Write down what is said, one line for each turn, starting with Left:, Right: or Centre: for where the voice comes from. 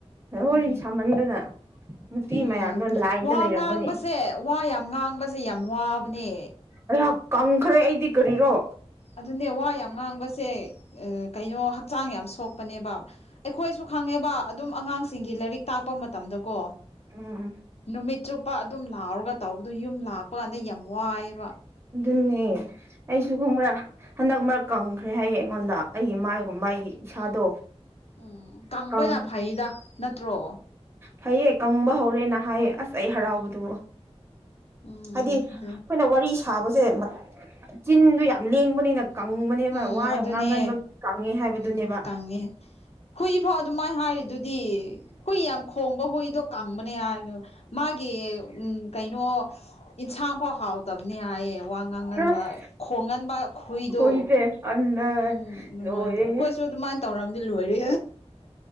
Left: ꯎꯝ
Right: ꯋꯥꯔꯤ ꯁꯥꯃꯟꯗꯅ ꯅꯨꯄꯤ
Left: ꯎꯝ
Right: ꯃꯌꯥꯝꯗꯣ ꯂꯥꯏꯟꯗ
Left: ꯋꯥ
Right: ꯂꯩꯔꯝꯒꯅꯤ
Left: ꯉꯥꯡꯕꯁꯦ ꯋꯥ ꯌꯥꯝ ꯉꯥꯡꯕꯁꯦ ꯌꯥꯝ ꯋꯥꯕꯅꯦ
Right: ꯑꯩꯍꯥꯛ ꯀꯪꯈ꯭ꯔꯦ ꯑꯩꯗꯤ ꯀꯔꯤꯔꯣ
Left: ꯑꯗꯨꯅꯦ ꯋꯥ ꯌꯥꯝ ꯉꯥꯡꯕꯁꯦ ꯀꯩꯅꯣ ꯍꯛꯆꯥꯡ ꯌꯥꯝ ꯁꯣꯛ ꯥꯛꯄꯅꯦꯕ ꯑꯩꯈꯣꯏꯁꯨ ꯈꯪꯉꯦꯕ ꯑꯗꯨꯝ ꯑꯉꯥꯡꯁꯤꯡꯒꯤ ꯂꯥꯏꯔꯤꯛ ꯇꯥꯛꯄ ꯃꯇꯝꯗꯀꯣ
Right: ꯎꯝ
Left: ꯅꯨꯃꯤꯠ ꯆꯨꯞꯄ ꯑꯗꯨꯝ ꯂꯥꯎꯔꯒ ꯇꯧꯕꯗꯣ ꯌꯨꯝ ꯂꯥꯛꯄ ꯀꯥꯟꯗ ꯌꯥꯝ ꯋꯥꯏꯑꯦꯕ
Right: ꯑꯗꯨꯅꯦ ꯑꯩꯁꯨ ꯈꯨꯝꯕ꯭ꯔꯥ ꯍꯟꯗꯛ ꯃꯔꯛ ꯀꯪꯈ꯭ꯔꯦ ꯍꯥꯏꯌꯦ ꯑꯩꯉꯣꯟꯗ ꯑꯩꯒꯤ ꯃꯥꯏꯒꯨꯝꯕ ꯑꯩꯒꯤ ꯏꯁꯥꯗꯣ
Left: ꯎꯝ ꯀꯪꯕꯅ
Right: ꯀꯪ
Left: ꯐꯩꯗ ꯅꯠꯇ꯭ꯔꯣ
Right: ꯐꯩꯌꯦꯦ ꯀꯪꯕ ꯍꯧꯔꯦꯅ ꯍꯥꯏꯌꯦꯦ ꯑꯁ ꯑꯩ ꯍꯔꯥꯎꯕꯗꯨꯕꯨ
Left: ꯎꯝ
Right: ꯍꯥꯏꯗꯤ ꯑꯩꯈꯣꯏꯅ ꯋꯥꯔꯤ ꯁꯥꯕꯁꯦ ꯆꯤꯟꯗꯣ ꯌꯥꯝ ꯂꯦꯡꯕꯅꯤꯅ ꯀꯪꯕꯅꯦꯕ
Left: ꯎꯝ
Right: ꯋꯥ
Left: ꯑꯗꯨꯅꯦ
Right: ꯌꯥꯝ ꯉꯥꯡꯍꯟꯕ ꯀꯪꯉꯦ ꯍꯥꯏꯕꯗꯨꯅꯦꯕ
Left: ꯎꯝ ꯀꯪꯉꯦ ꯍꯨꯏꯐꯥꯎ ꯑꯗꯨꯃꯥꯏꯅ ꯍꯥꯏꯔꯤꯗꯨꯗꯤ ꯍꯨꯏ ꯌꯥꯝ ꯈꯣꯡꯕ ꯍꯨꯏꯗꯣ ꯀꯪꯕꯅꯦ ꯍꯥꯏꯗꯣ ꯃꯥꯒꯤ ꯎꯝ ꯀꯩꯅꯣ ꯏꯟꯁꯥꯡ ꯐꯥꯎ ꯍꯥꯎꯗꯕꯅꯦ ꯍꯥꯏꯌꯦꯦ ꯋꯥ ꯉꯥꯡꯒꯟꯕ
Right: ꯑꯁ
Left: ꯈꯣꯡꯒꯟꯕ ꯍꯨꯏꯗꯣ
Right: ꯍꯨꯏꯁꯦ ꯑꯜꯂ
Left: ꯎꯝ ꯑꯗꯨꯃꯥꯏꯅ
Right: ꯂꯣꯏꯔꯦꯍꯦ
Left: ꯇꯧ ꯑꯩꯈꯣꯏꯁꯨ ꯑꯗꯨꯃꯥꯏꯅ ꯇꯧꯔꯝꯗꯤ ꯂꯣꯏꯔ